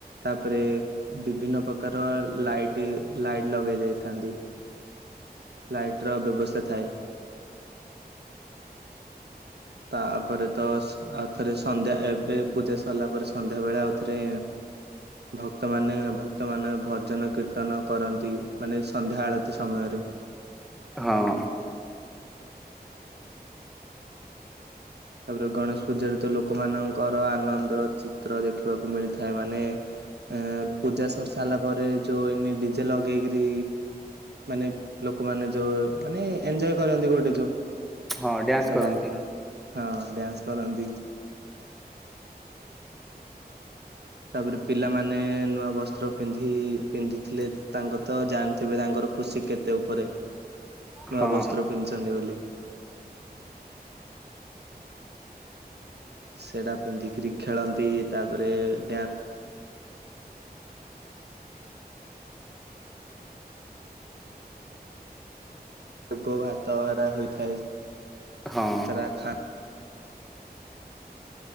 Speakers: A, on the right (about 80°); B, in the centre.
A: ତାପରେ। ବିଭିନ୍ନ ପ୍ରକାର ଲାଇଟି ଲାଇଟି ଲଗେଇ ଦେଇଥାନ୍ତି। ଲାଇଟି ର ବ୍ୟବସ୍ଥା ଥାଏ। ତା ପରେ ତ। ଆଉଥରେ ସନ୍ଧ୍ୟା ଏବେ ପୂଜା ସରିଲା ପରେ ସନ୍ଧ୍ୟା ବେଳେ ଆଉଥରେ। ଭକ୍ତମାନେ ଭକ୍ତ ମାନ ଭଜନ କୀର୍ତ୍ତନ କରନ୍ତି। ମାନେ ସନ୍ଧ୍ୟା ଆଳତି ସମୟରେ।
B: ହଁ।
A: ତାପରେ ଗଣେଶ ପୂଜାରେ ତ ଲୋକମାନାନଙ୍କର ଆନନ୍ଦର ଚିତ୍ର ଦେଖିବାକୁ ମିଳିଥାଏ ମାନେ। ଏ ପୂଜା ସରି ସାରିଲା ପରେ ଯୋଉ ଏନି ଡିଜେ ଲଗେଇକିରି। ମାନେ ଲୋକମାନେ ଯୋଉ ମାନେ ଏନଜଏ କରନ୍ତି ଗୋଟେ ଯୋଉ।
B: ହଁ ଡ୍ୟାନ୍ସ
A: ସେଟା
B: କରନ୍ତି।
A: ହଁ ଡ୍ୟାନ୍ସ କରନ୍ତି। ହ <inaudible> ତାପରେ ପିଲାମାନେ ନୂଆ ବସ୍ତ୍ର ପିନ୍ଧି ପିନ୍ଧିଥିଲେ। ତାଙ୍କ ତ ଜାଣିଥିବେ ତାଙ୍କର। ଖୁସି କେତେ ଉପରେ ନୂଆ
B: ହଁ
A: ବସ୍ତ୍ର ପିନ୍ଧିଛନ୍ତି ବୋଲି। ସେଡା ପିନ୍ଧିକିରି ଖେଳନ୍ତି ତାପରେ ଡ୍ୟାନ୍ସ। ତାକୁ ହାତ ଭାରା ହୋଇଥାଏା।
B: ହଁ
A: ତାରା ଖାଁ।